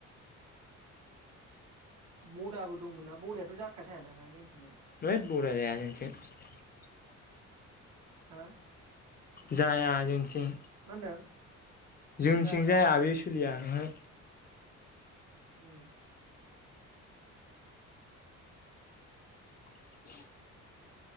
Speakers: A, on the right; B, on the left.
A: बडाबो दंमोन नना बडायाथ' जाखाया थायाना ना जोंनिथिंजाय?
B: <unintelligible>
A: हा
B: जाया जोंनिथिं
A: मा होनदों
B: जोंनिथिं
A: जायाना
B: जाया बे सोलिया ओहो
A: उम
B: <inaudible>